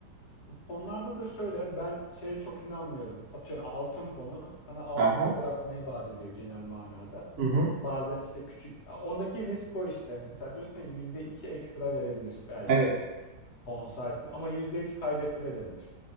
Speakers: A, on the left; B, on the right.
A: Fonlarda da şöyle ben şeye çok inanmıyorum. Atıyorum altın fonu sana altın
B: Aha.
A: kadar artmayı vaat ediyor genel manada.
B: Hı hı.
A: Bazen işte küçük ondaki risk o işte. Mesela diyorsun ya %2 ekstra verebilir belki.
B: Evet.
A: Bonsais'in ama %2 kaybettirebilir.